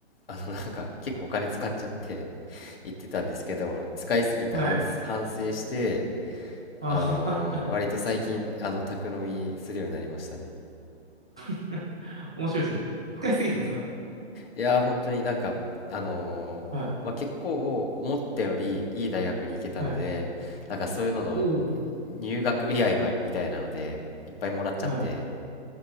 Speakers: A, on the left (about 60°); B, in the centre.
A: あの、なんか結構お金使っちゃって行ってたんですけど、使いすぎて反、
B: はい。
A: 反省して、
B: ああ
A: あの、割と最近、あの、宅飲みするようになりましたね。
B: <laughs> 面白いですね。深いすぎたんですか
A: いやー、本当になんか、あのーまあ、
B: はい。
A: 結構思ったよりいい大学に行けたので、
B: はい。
A: なんかそういうのの
B: おお。
A: 入学祝いまみたいなので、いっぱいもらっちゃって、
B: はい。